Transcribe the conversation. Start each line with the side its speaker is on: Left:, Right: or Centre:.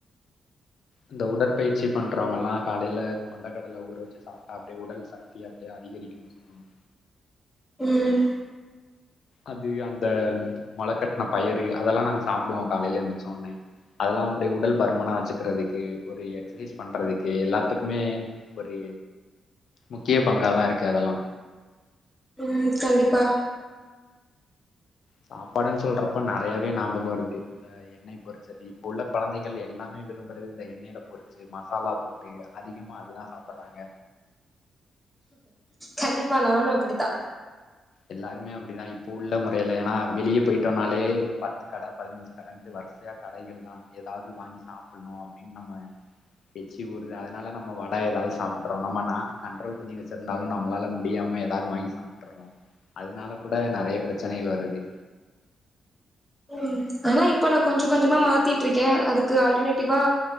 Left: அந்த உடற்பயிற்சி பண்றவங்கள்லா காலைல கொண்டக்கடல ஊற வச்சு சாப்ட்டா அப்டியே உடல் சக்தி அப்டியே அதிகரிக் கு சொல்வாங்க
Centre: ம்
Left: அது அந்த மொளக்கட்ன பயறு அதெல்லா நாங்க சாப்டுவோ காலைல எந்த்ரச்ச ஒன்னே அதுல்லா அப்புடியே உடல் பருமனா வச்சுக்கிறதுக்கு ஒரு எக்ஸசைஸ் பண்றதுக்கு எல்லாத்துக்குமே ஒரு முக்கிய பங்காதா இருக்கு அதெல்லா
Centre: ம் கண்டிப்பா
Left: சாப்பாடுன் சொல்றப்ப நறையாவே ஞாபகம் வருது இந்த ந்த எண்ணெய் பொரிச்சது இப்ப உள்ள கொழந்தைகள் எல்லாமே விரும்புறது இந்த எண்ணெயில பொரிச்சு மசாலா போட்டு டு அதிகமா அதுதா சாப்புட்றாங்க
Centre: கண்டிப்பா நானு அப்புடித்தா
Left: எல்லாருமே அப்புடிதா இப்போ உள்ள முறையில ஏன்னா வெளியே போயிட்டோனாலே பத்து கட பதனஞ்சு கட ந்து வரிசையா கடைகள் தா ஏதாவது வாங்கி சாப்புட்ணு அப்புடின்னு நம்ம எச்சி ஊருது அதனால நம்ம வடை ஏதாவது சாப்புட்றோ நம்ம நாக்கு கண்ட்ரோல் பண்ணி வெச்சு இருந்தாலு நம்மளால முடியாம ஏதாவது வாங்கி சாப்ட்டுர்றோ அதனால கூட நறைய பிரச்சனைகள் வருது
Centre: ம் ஆனா இப்ப நா கொஞ்சோ கொஞ்சமா மாத்திட்ருக்கே அதுக்கு ஆல்டர்னேட்டிவா